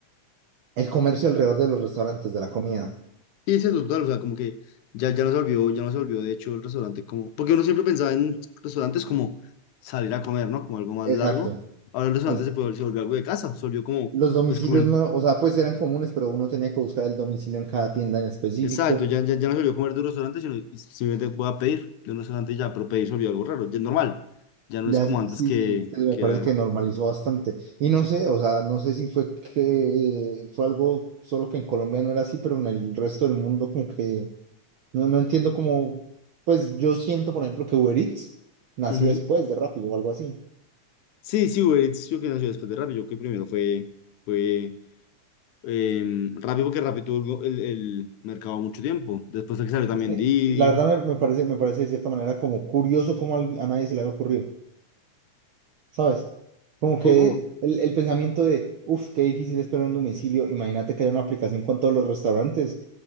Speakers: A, on the right; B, on the left.
A: el comercio alrededor de los restaurantes, de la comida.
B: Y es eso, total, o sea, como que ya, ya no se olvidó, ya no se olvidó, de hecho, el restaurante como, porque uno siempre pensaba en restaurantes como salir a comer, ¿no? Como algo más
A: Exacto,
B: largo. Ahora el restaurante
A: exacto.
B: se, puede- se volvió algo de casa, se volvió como,
A: Los domicilios
B: pues comer,
A: no, o sea, pues eran comunes, pero uno tenía que buscar el domicilio en cada tienda en específico.
B: Exacto, ya, ya, ya no se olvidó comer de un restaurante, sino y simplemente voy a pedir de un restaurante y ya, pero pedir se olvidó algo raro, ya es normal, ya no
A: Ya,
B: es como
A: sí,
B: antes
A: sí,
B: que,
A: sí, es que me
B: que
A: parece
B: era...
A: que normalizó bastante. Y no sé, o sea, no sé si fue que fue algo solo que en Colombia no era así, pero en el resto del mundo como que No, no entiendo cómo, pues yo siento, por ejemplo, que Uber Eats nació
B: Ujú.
A: después de Rappi o algo así.
B: Sí, sí, Uber Eats yo que nació después de Rappi, yo que primero fue, fue em, Rappi porque Rappi tuvo el, el mercado mucho tiempo, después fue que salió también
A: Es que
B: Didi,
A: la verdad me, me parece, me parece de cierta manera como curioso cómo al- a nadie se le había ocurrido, ¿sabes? Como
B: ¿cómo?
A: que
B: cómo?
A: el, el pensamiento de, uff, qué difícil es poner un domicilio, imagínate que haya una aplicación con todos los restaurantes.